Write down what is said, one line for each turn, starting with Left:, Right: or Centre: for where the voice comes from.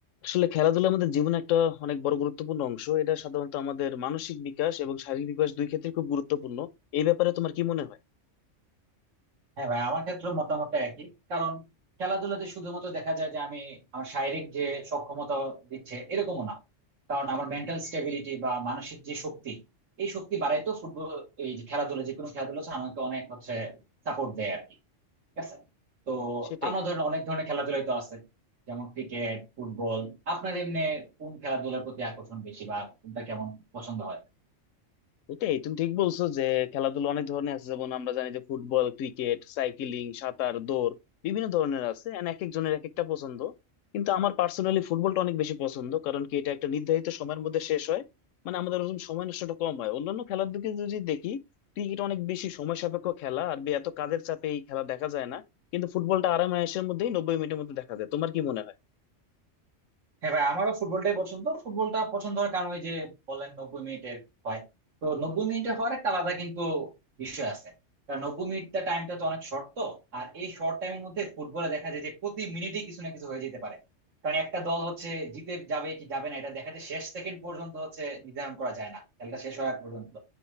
Left: আসলে খেলাধুলার আমাদের জীবনে একটা অনেক বড় গুরুত্বপূর্ণ অংশ এটা সাধারণত আমাদের মানসিক বিকাশ এবং শারীরিক বিকাশ দুই ক্ষেত্রে খুব গুরুত্বপূর্ণ এই ব্যাপারে তোমার কি মনে হয়
Right: হ্যাঁ ভাই আমার ক্ষেত্রে মতামতটা একই কারণ খেলাধুলাতে শুধুমাত্র দেখা যায় যে আমি আমার শারীরিক যে সক্ষমতা দিচ্ছে এরকমও না কারণ আমার মেন্টাল স্টেবিলিটি বা মানসিক যে শক্তি এই শক্তি বাড়াই তো ফুটবল এই যে খেলাধুলা যে কোনো খেলাধুলা হচ্ছে আমাকে অনেক হচ্ছে সাপোর্ট দেয় আর কি ঠিক আছে তো
Left: সেটাই
Right: আমরা ধরেন অনেক ধরনের খেলাধুলাই তো আছে যেমন ক্রিকেট ফুটবল আপনার এমনি কোন খেলাধুলার প্রতি আকর্ষণ বেশি বা কোনটা কেমন পছন্দ হয়
Left: ওটাই তুমি ঠিক বলছো যে খেলাধুলা অনেক ধরনের আছে যেমন আমরা জানি যে ফুটবল ক্রিকেট সাইক্লিং সাঁতার দৌড় বিভিন্ন ধরনের আছে and এক একজনের এক একটা পছন্দ কিন্তু আমার পার্সোনালি ফুটবলটা অনেক বেশি পছন্দ কারণ কি এটা একটা নির্ধারিত সময়ের মধ্যে শেষ হয় মানে আমাদের ওরকম সময় নষ্টটা কম হয় অন্যান্য খেলার দিকে যদি দেখি ক্রিকেট অনেক বেশি সময় সাপেক্ষ খেলা আর বে- এত কাজের চাপে এই খেলা দেখা যায় না কিন্তু ফুটবলটা আরামায়েশের মধ্যেই নব্বই মিনিটের মধ্যে দেখা যায় তোমার কি মনে হয়
Right: হ্যাঁ ভাই আমারও ফুটবলটাই পছন্দ ফুটবলটা পছন্দ হওয়ার কারণ ওই যে বলেন নব্বই মিনিটের হয় তো নব্বই মিনিটে হওয়ার একটা আলাদা কিন্তু বিষয় আছে কারণ নব্বই মিনিটটা টাইমটা তো অনেক শর্ট তো আর এই শর্ট টাইমের মধ্যে ফুটবলে দেখা যায় যে প্রতি মিনিটে কিছু না কিছু হয়ে যেতে পারে কারণ একটা দল হচ্ছে জিতে যাবে কি যাবে না এটা দেখা যায় শেষ সেকেন্ড পর্যন্ত হচ্ছে নির্ধারণ করা যায় না খেলাটা শেষ হওয়ার আগ পর্যন্ত